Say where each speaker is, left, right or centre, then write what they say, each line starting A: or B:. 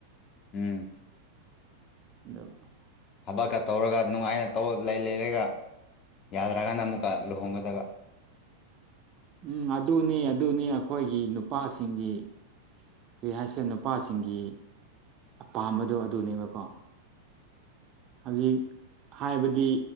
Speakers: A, on the left; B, on the right.
A: ꯎꯝ
B: <unintelligible>
A: ꯊꯕꯛꯀ ꯇꯧꯔꯒ ꯅꯨꯡꯉꯥꯏꯅ ꯇꯧ ꯂꯩ ꯂꯩꯔꯒ ꯌꯥꯗ꯭ꯔꯀꯥꯟꯗ ꯑꯃꯨꯛꯀ ꯂꯨꯍꯣꯡꯒꯗꯕ
B: ꯎꯝ ꯑꯗꯨꯅꯤ ꯑꯗꯨꯅꯤ ꯑꯩꯈꯣꯏꯒꯤ ꯅꯨꯄꯥꯁꯤꯡꯒꯤ ꯀꯔꯤ ꯍꯥꯏꯁꯤꯔ ꯅꯨꯄꯥꯁꯤꯡꯒꯤ ꯑꯄꯥꯝꯕꯗꯣ ꯑꯗꯨꯅꯦꯕꯀꯣ ꯍꯧꯖꯤꯛ ꯍꯥꯏꯕꯗꯤ